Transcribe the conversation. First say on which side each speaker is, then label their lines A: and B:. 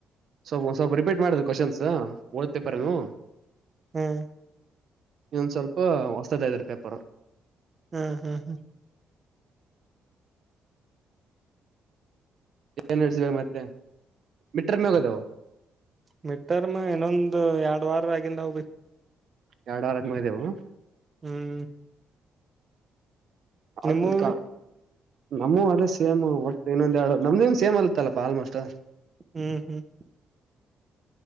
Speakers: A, on the right; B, on the right.
A: ಸೊ ಸ್ವಲ್ಪ ರಿಪೀಟ್ ಮಾಡಿದ್ರ ಕ್ವಶನ್ಸ್ ಓದ ಪೇಪರ್ ನೂ.
B: ಹ್ಮ್.
A: ಇನೊಂದು ಸ್ವಲ್ಪ ಹೊಸದು <unintelligible> ಪೇಪರ್.
B: ಹ್ಮ್ ಹ್ಮ್.
A: <unintelligible> ಮತ್ತೆ. <unintelligible>
B: ಮಿಡ್ ಟರ್ಮ್ ಇನ್ನೊಂದು ಎರಡ್ ವಾರ ಆಗಿಂದವು.
A: ಎರಡು ವಾರದ ಮೇಲಿದಾವ.
B: ಹ್ಮ್.
A: <unintelligible>
B: ನಿಮ್ಮೂ
A: ನಂವು ಅದೇ ಸೇಮ್ ಒಟ್ಟು ಇನ್ನೊಂದ್ ಎರಡು ನಮ್ದ ಸೇಮ್ ಆಯ್ತಲ್ಲಪ ಆಲ್ಮೋಸ್ಟ್.
B: ಹ್ಮ್ ಹ್ಮ್